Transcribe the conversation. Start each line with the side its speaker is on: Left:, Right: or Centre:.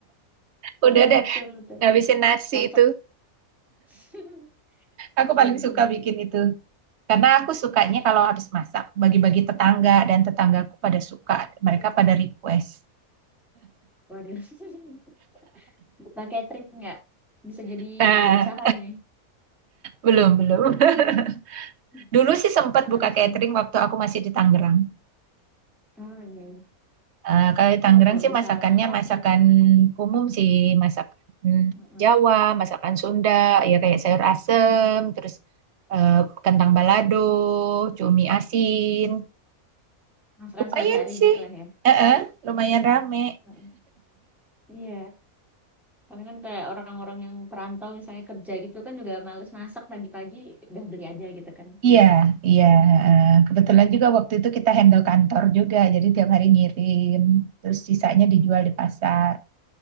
Right: <laughs> Udah
Centre: Iya
Right: deh,
Centre: betul betul.
Right: habisin nasi
Centre: Cocok.
Right: itu.
Centre: <laughs>
Right: Aku
Centre: Betul
Right: paling
Centre: betul
Right: suka
Centre: betul.
Right: bikin itu. Karena aku sukanya
Centre: Mm,
Right: kalau habis masak, bagi-bagi tetangga dan tetanggaku pada suka. Mereka
Centre: Iya.
Right: pada request.
Centre: Waduh. <laughs> Buka catering nggak? Bisa jadi
Right: Nah,
Centre: ide usaha ini.
Right: belum, belum. <laughs>
Centre: Hmm.
Right: Dulu sih sempat
Centre: Menarik
Right: buka catering
Centre: sih.
Right: waktu aku masih di Tangerang.
Centre: Mm-mm. Ah, iya, iya.
Right: Eh, kalau di Tangerang
Centre: Iya, kalau
Right: sih
Centre: bisa
Right: masakannya
Centre: masak
Right: masakan
Centre: gitu.
Right: umum sih, masakan
Centre: Mm-mm.
Right: Jawa, masakan Sunda, ya kayak sayur asem,
Centre: Mm-mm.
Right: terus eh, kentang balado, cumi asin.
Centre: Masakan
Right: Lumayan
Centre: sehari-hari
Right: sih,
Centre: gitu lah ya.
Right: Eh, eh, lumayan
Centre: Mm-mm.
Right: rame.
Centre: Mm-mm. Iya. Karena kan kayak orang-orang yang perantau misalnya kerja gitu kan juga males masak pagi-pagi udah beli aja gitu kan
Right: Iya,
Centre: biasanya.
Right: iya. eh, Kebetulan juga waktu itu kita handle kantor juga, jadi tiap hari ngirim, terus sisanya
Centre: Mm.
Right: dijual di pasar.